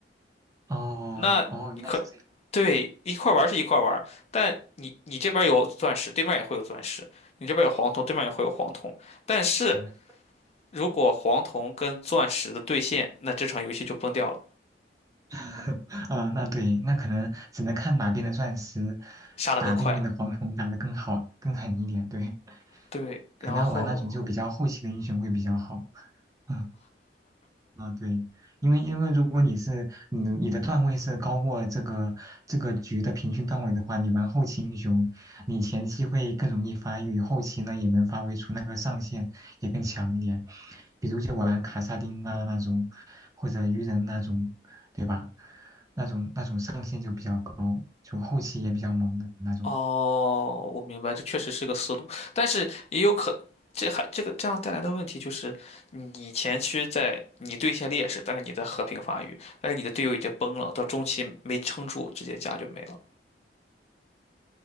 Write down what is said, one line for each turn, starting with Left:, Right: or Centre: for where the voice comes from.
Right: 哦哦，
Left: 那可
Right: 原来是这样。
Left: 对一块儿玩儿是一块儿玩儿但你你这边儿有钻石，对面也会有钻石，你这边儿有黄铜，对面也会有黄铜，但是。
Right: 嗯，
Left: 如果黄铜跟钻石的对线，那这场游戏就崩掉了，
Right: <laughs> 啊，那对，那可能只能看哪边的钻石
Left: 杀得更快。
Right: 打对面的黄铜打得更好、更狠一点。对，
Left: 对，
Right: 可能要玩那种就比较后期的英雄会比较好。
Left: 然后
Right: <laughs> 啊，对，因为因为如果你是你你的段位是高过这个这个局的平均段位的话，你玩后期英雄，你前期会更容易发育，后期呢也能发挥出那个上限，也更强一点。比如就玩卡萨丁啊那种，或者鱼人那种，对吧？那种那种上限就比较高，就后期也比较猛的那种。
Left: 哦，我明白，这确实是个思路，但是也有可，这还这个这样带来的问题就是，你前期在你对线劣势，但是你在和平发育，但是你的队友已经崩了，到中期没撑住，直接家就没了，